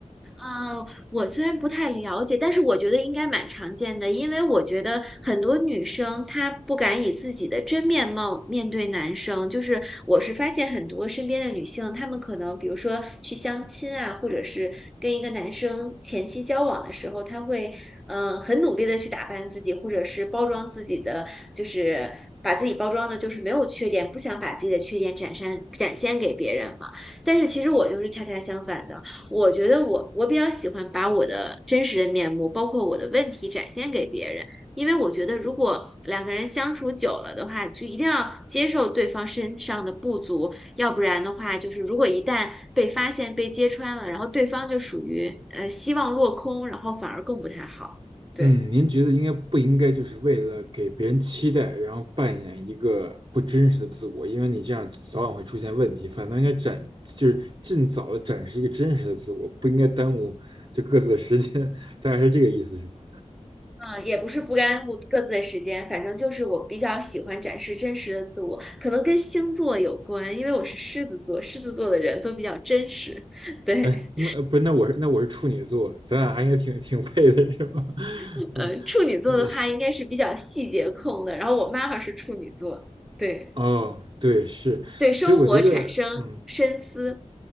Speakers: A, in the centre; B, on the right (about 35°).
A: 嗯，呃我虽然不太了解，但是我觉得应该蛮常见的，因为我觉得很多女生她不敢以自己的真面貌面对男生，就是我是发现很多身边的女性，她们可能比如说去相亲啊，或者是跟一个男生前期交往的时候，她会嗯、呃很努力的去打扮自己，或者是包装自己的，就是把自己包装的就是没有缺点，不想把自己的缺点展现展现给别人嘛。但是其实我就是恰恰相反的。我觉得我我比较喜欢把我的真实的面目，包括我的问题展现给别人，因为我觉得如果两个人相处久了的话，就一定要接受对方身上的不足，要不然的话，就是如果一旦被发现、被揭穿了，然后对方就属于呃希望落空，然后反而更不太好。对，
B: 嗯，您觉得应该不应该就是为了给别人期待，然后扮演一个不真实的自我？因为你这样早晚会出现问题，反倒应该展，就是尽早的展示一个真实的自我，不应该耽误就各自的时间，<laughs> 大概是这个意思，是吧？
A: 嗯，也不是不干顾各自的时间，反正就是我比较喜欢展示真实的自我，可能跟星座有关，因为我是狮子座，狮子座的人都比较真实。<laughs> 对。
B: 哎，那呃不是，那我是那我是处女座，咱俩还应该挺挺配的，是吧？<laughs>
A: 嗯呃，
B: 嗯，
A: 处女座的话应该是比较细节控的，
B: 呃是，
A: 然后我妈妈是处女座，对
B: 哦，对，是，
A: 对，生活产生深思
B: 所以我觉得，嗯，